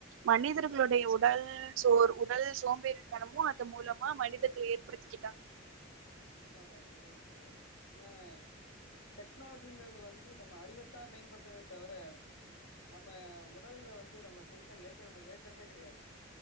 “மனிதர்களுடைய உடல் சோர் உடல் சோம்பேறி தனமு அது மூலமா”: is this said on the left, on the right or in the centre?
Right